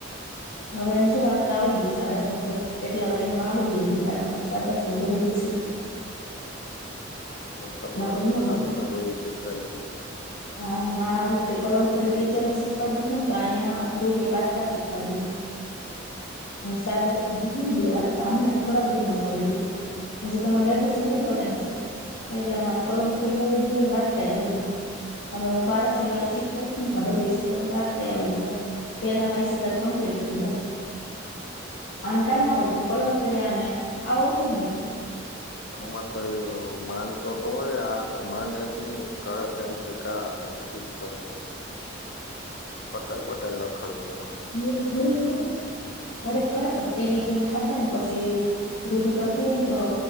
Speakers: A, on the left; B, on the left.
A: હવે એમ જો વાતતા આવડી ગયું સાદા શબ્દ એટલા ટાઈમમાં આવડી ગયું વાતતા સાદા શબ્દ રોહી
B: હમ હું
A: દીધું
B: તમારી
A: નકર ન આવડે
B: સારું રોહ શીકડાાવધ
A: હા કલમ ખોડ ટીચરો શીખવાડી દીધું ને તો અહીંયા રૂહ વાચતા શીખવાડી દીધું
B: <inaudible>
A: સાદા વાતતા હમણાં થોડા બધી મજા ઉડી ગય પછી તમ કેટલો ટાઈમ છે એટલેમાં તો
B: હમ
A: કલમ ખોડી આવડી ગયો ને વાત થાય આવડી ગય હવે હું બારક છોડી
B: હમ
A: શીખવા ને બધી વાત થ આવડી જાય પેલા મારી સતાબ કમ્પ્લીટ થઇ જાય અને કઈ આવડતું કલમ ખડી આ આવડતો જ નહી
B: મત <unintelligible> માનતો તો હોય આ માને એ જ નહી કર પેન્સિલ કાટ પિકચર હતો પટાાવ પટાાઈ લખાડવું પડે
A: હ મળળ ખરા ઘડીક કરે પછી ટીવી જોઈને થાકે ને પછી રૂહી કરતી હોય ને તો